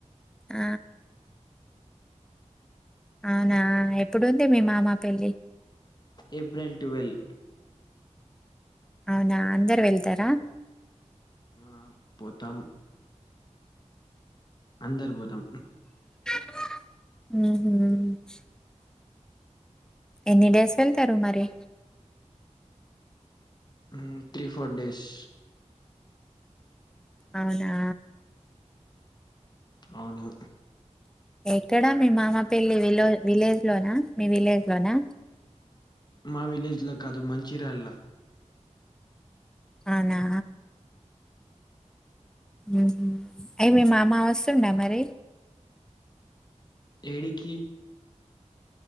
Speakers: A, in the centre; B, on the left.
A: ఆ అవునా ఎప్పుడుంది మీ మామా పెళ్ళి
B: ఏప్రిల్ ట్వేల్
A: అవ్నా అందరు వెళ్తారా
B: ఆ పోతాం అందర్బోతం
A: ఉహు ఎన్ని డేస్ వెళ్తారు మరి
B: మ్ త్రీ ఫోర్ డేస్
A: అవునా
B: అవ్ను
A: ఎక్కడా మీ మామ పెళ్లి విలొ-విలేజ్లోనా మీ విలేజ్లోనా
B: మా విలేజ్ లో కాదు మంచిరాల
A: అవ్నా ఉమ్ హు అయ్ మీ మామ వస్తుండా మరి
B: ఏడికి